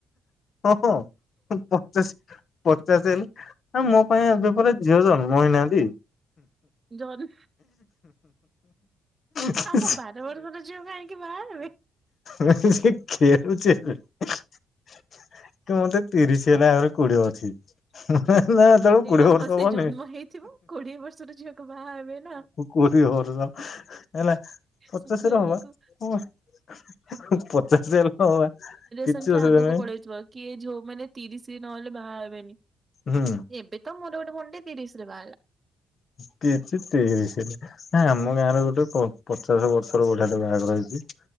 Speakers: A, on the left; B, on the right.
A: ହ ହଁ ପଚାଶ ପଚାଶ ହେଲେ ଆ ମୋ ପାଇଁ ଏବେ ପରା ଝିଅ ଜନ୍ମ ହେଇନାହାଁନ୍ତି।
B: ଜନ୍
A: ସେ
B: ଆଗ ବାର ବର୍ଷର ଝିଅ କାହିଁକି ବାହା ହେବେ।
A: ମାନେ ସିଏ ଖେଳୁଛି ଏବେ କି ମତେ ତିରିଶ ହେଲା ଆହୁରି କୋଡିଏ ଅଛି। ନା ଏତେଳକୁ କୋଡିଏ
B: ଓହୋ
A: ବର୍ଷ ହବନି।
B: ସେ ଜନ୍ମ ହେଇଥିବ କୋଡିଏ ବର୍ଷର ଝିଅକୁ ବାହା ହେବେ ନା।
A: କୋଡ଼ିଏ ବରଷ ହେଲା ପଚାଶରେ
B: ସେତେବେଳକୁ
A: ହବା ହବା ପଚାଶ ହେଲେ ହବା କିଛି
B: ସଂଖ୍ୟା
A: ଅସୁବିଧା
B: ଆଗକୁ
A: ନାହିଁ
B: ପଳେଇଥିବ କିଏ ଯୋଉ ମାନେ ତିରିଶ ନହେଲେ ବାହା ହେବେନି।
A: ହୁଁ।
B: ଏବେ ତ ମୋର ଗୋଟେ ଭଉଣୀ ଟେ ତିରିଶରେ ବାହା ହେଲା।
A: <unintelligible> ତିରିଶି। ଆ ଆମ ଗାଁର ଗୋଟେ ପ ପ ଚାଶ ବର୍ଷର ବୁଢ଼ାଟେ ବାହାଘର ହେଇଛି।